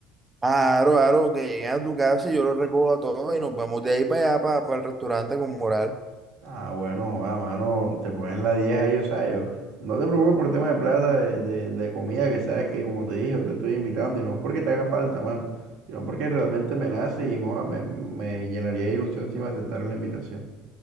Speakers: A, on the right; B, on the right.
A: Aro, aro, que lleguen a tu casa y yo los recojo a todos y nos vamos de ahí para allá, para, el restaurante con moral.
B: Ah, bueno, joda, mano, te pones la 10 ahí, o sea, yo, no te preocupes por tema de plata, de, de- de comida, que sabes que, como te dije, yo te estoy invitando y no es porque te haga falta, mano, sino porque realmente me nace y joda, me, me llenaría de ilusión si me aceptara la invitación.